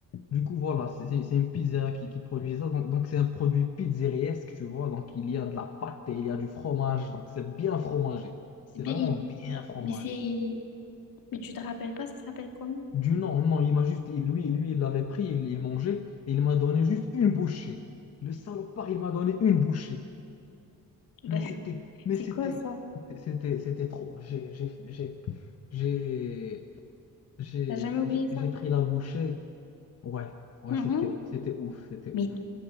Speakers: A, on the left (about 45°); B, on the left (about 75°).
A: du coup, voilà, c'est c'est- c'est une pizzeria qui, qui produit ça. Donc, donc c'est un produit pizzeriesque, tu vois. Donc, il y a de la pâte et il y a du fromage. Donc, c'est bien fromagé. C'est
B: Eh bien,
A: vraiment
B: il-
A: bien fromagé.
B: mais c'est. Mais tu te rappelles pas, ça s'appelle comment?
A: Du non, non, il m'a juste, il- lui, lui, il l'avait pris, il, il mangeait, et il m'a donné juste une bouchée. Le salopard, il m'a donné une bouchée.
B: Ben,
A: Mais c'était,
B: <laughs>
A: mais
B: c'est
A: c'était,
B: quoi ça?
A: c'était, c'était c'était trop. J'ai, j'ai, j'ai, j'ai, j'ai
B: T'as jamais oublié
A: j'ai-
B: ça?
A: j'ai pris la bouchée. Ouais, ouais,
B: Mhm.
A: c'était, c'était ouf, c'était
B: Mais,
A: ouf.